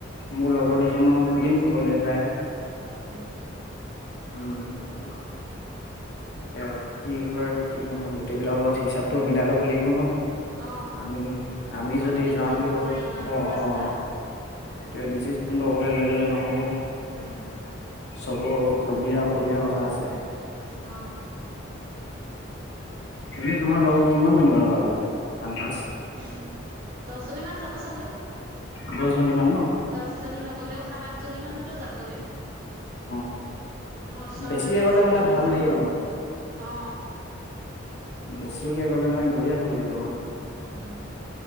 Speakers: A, on the left; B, on the right.
A: মোৰ লগৰ দুজনমানক সুধিম ক'লে যায়?
B: উম।
A: উম সেইয়ে। এতিয়া কি হয় কি নহয় গোটেইবিলাকৰ লগত হিচাপটো
B: উম
A: মিলাই ল'ব লাগিব ন?
B: অ
A: আমি, আমি
B: অকলেতো
A: যদি যাওঁ
B: যাব
A: বুলি কওঁ,
B: নোৱাৰি ইমান দূৰ
A: অ
B: ৰাস্তা
A: অ। সেইটোয়ে ডিচিশ্যনটো অকলে লৈ ললে নহ'ব।
B: উম
A: চবৰ সুবিধা অসুবিধাৰ কথা আছে।
B: অ।
A: এনে তোমাৰ লগৰ কিমানজনীমান ওলাব আন্দাজ?
B: উম, দছজনীমান যাব চাগৈ।
A: দছজনী মান ন?
B: দছজনী নগলেও সাত, আঠজনী মানতো যাবই।
A: অ'
B: আমাৰ ওচৰৰে
A: বেছিকে
B: আছে
A: গ'লে মানে
B: কেইজনীমান
A: ভাল লাগিব মানে।
B: অ।
A: বেছিকে গ'লে মানে গৈয়ে ভাল লাগিব মানে।
B: উম